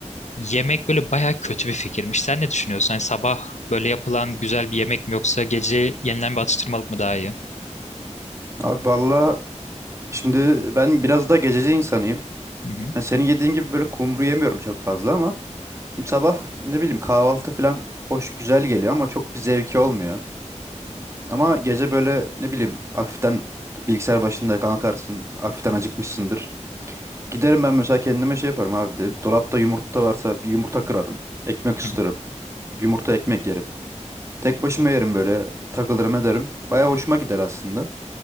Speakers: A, on the left; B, on the right.
A: yemek böyle baya kötü bir fikirmiş. Sen ne düşünüyorsun? Hani sabah böyle yapılan güzel bir yemek mi yoksa gece yenilen bir atıştırmalık mı daha iyi?
B: Abi valla şimdi ben biraz da gececi insanıyım.
A: Hı hı.
B: Hani senin yediğin gibi böyle kumru yemiyorum çok fazla ama şimdi sabah ne bileyim kahvaltı falan hoş güzel geliyor ama çok bir zevki olmuyor. Ama gece böyle ne bileyim hafiften bilgisayar başında kalkarsın, hafiften acıkmışsındır. Giderim ben mesela kendime şey yaparım abi dedim. Dolapta yumurta varsa bir yumurta kırarım. Ekmek ısıtırım.
A: Hı hı.
B: Yumurta ekmek yerim. Tek başıma yerim böyle takılırım ederim. Baya hoşuma gider aslında.